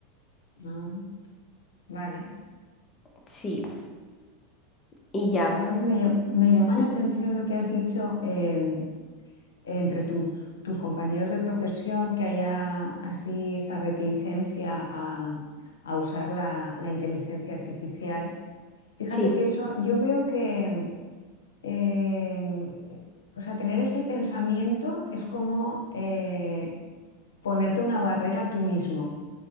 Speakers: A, on the left; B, on the left.
A: Ah, vale.
B: Sí, y ya.
A: ¿Sabes? Me, llam- me llama la
B: Ujú.
A: atención lo que has dicho. eh, entre tus, tus compañeros de profesión que haya así esta reticencia a, a usar la, la inteligencia artificial. Fíjate
B: Sí,
A: que eso, yo veo que, eh, o sea, tener ese pensamiento es como eh, ponerte una barrera tú mismo,